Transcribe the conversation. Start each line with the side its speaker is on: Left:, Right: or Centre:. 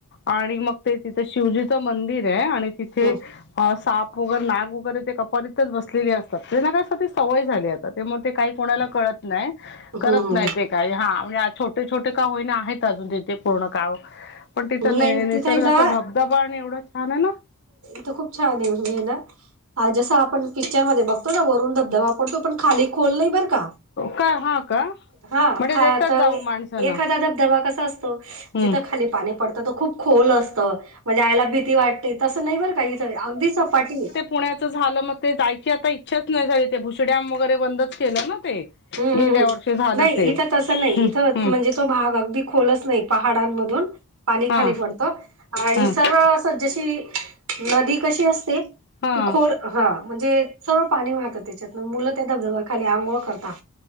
Left: आणि मग ते तिथे शिवजीचं मंदिर आहे आणि तिथे
Right: हम्म
Left: साप वगैर नाग वगैरे ते कपारीतच बसले असतात तेना गं असा ती सवय झालीये आता ते मोठे काही कोणाला कळत नाही करत
Right: हम्म
Left: नाही ते काही हा म्हणजे छोट छोटे-छोटे का होईना आहेत. अजून तिथे पूर्ण काव पण तिथं
Right: हम्म नाही
Left: निसर्गाचा
Right: तिथे ना
Left: धबधबा आणि एवढा छान आहे ना
Right: तिथं खूप छान आहे ना जस आपण पिक्चर मध्ये बघतो. तो ना वरून धबधबा पडतो पण खाली खोल नाही बरं का.
Left: काय हा का
Right: हा
Left: म्हणजे
Right: खायचं,
Left: देतात जाऊन माणसांना
Right: एखादा धबधबा कसा असतो असतो
Left: हम्म
Right: जिथं खाली पाणी पडत तो खूप खोल असतं, म्हणजे यायला भीती वाटते. तसं नाही बरं का इथं, अगदीचं सपाठीये.
Left: पुण्याच झालं मग ते जायची आता इच्छाचं नाही. झाली ते भुशी डॅम वगैरे बंदच केलं ना ते.
Right: हम्म
Left: गेल्या
Right: हम्
Left: वर्षी झालं
Right: नाही
Left: ते
Right: इथं तसं नाही
Left: हम्म
Right: इथं
Left: हम्म
Right: म्हणजे तो भाग अगदी खोलचं नाही पहाडांमधून पाणी
Left: हा
Right: खाली पडत आणि
Left: हा
Right: सरळ अस अस जशी नदी कशी असते
Left: हा
Right: ती खोल ह म्हणजे सरळं पाणी वाहतं त्याच्यातनं, मुलं त्या धबधबा खाली आंघोळ करतात.